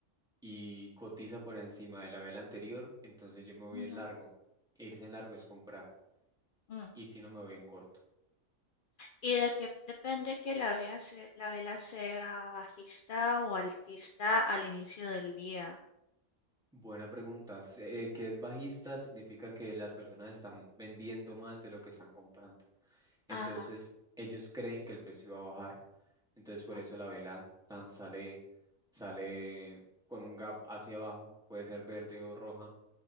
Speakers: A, in the centre; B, on the left.
A: y cotiza por encima de la vela anterior, entonces yo me voy
B: ujú,
A: en largo. E Irse en largo es comprar
B: mm.
A: y si no me voy en corto.
B: Y de que depende que la vela, se- la vela sea bajista o altista al inicio del día.
A: Buena pregunta. Se- eh, que es bajista significa que las personas están vendiendo más de lo que están comprando. Entonces
B: Ajá.
A: ellos creen que el precio va a bajar. Entonces por
B: ah,
A: eso la vela tan sale, sale con un gap hacia abajo, puede ser verde o roja